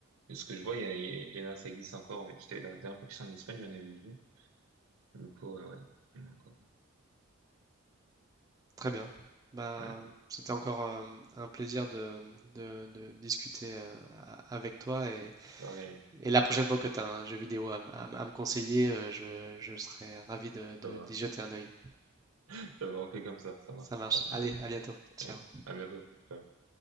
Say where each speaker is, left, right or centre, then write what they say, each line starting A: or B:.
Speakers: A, on the right (about 80°); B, on the right (about 15°).
A: de ce que je vois, il y, a- il y en a, ça existe encore, ouais. J'étais, la dernière fois que j'étais en Espagne, j'en avais vu. Du coup, euh, ouais, il y en a encore.
B: Très bien. Bah,
A: Ouais,
B: c'était encore euh, un plaisir de, de- de discuter euh, a- avec toi et,
A: pareil,
B: et la prochaine fois que tu as un jeu vidéo à, m- à m- à me conseiller, euh, je, je serai ravi de, de-
A: ça va.
B: d'y jeter un œil.
A: <laughs> Ça va, on fait comme ça, ça marche.
B: Ça marche.
A: Parfait.
B: Allez, à bientôt. Ciao.
A: Ouais, à bientôt. Ciao.